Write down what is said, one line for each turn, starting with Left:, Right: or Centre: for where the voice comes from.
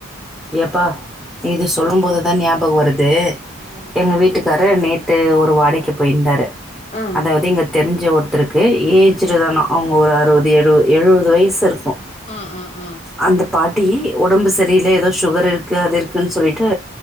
Centre: எப்பா இது சொல்லும்போது தா ஞாபகோ வருது
Left: ம்
Centre: எங்க வீட்டுக்கு ரு நேத்து ஒரு வாடைக்கு போயிருந்தாரு
Left: ம்
Centre: அதாவுது இங்க தெரிஞ்ச ஒருத் தருக்கு ஏஜ்டு
Left: ம்
Centre: தானா அவுங்க ஒரு அறுவது எழுது எழுவது வயசு இருக்
Left: ஆ ஆ ஆ
Centre: அந்த பாட்டி ஒடம்பு சரியில ஏதோ சுகர் இருக்கு அது இருக்குன்னு சொல்லிட்டு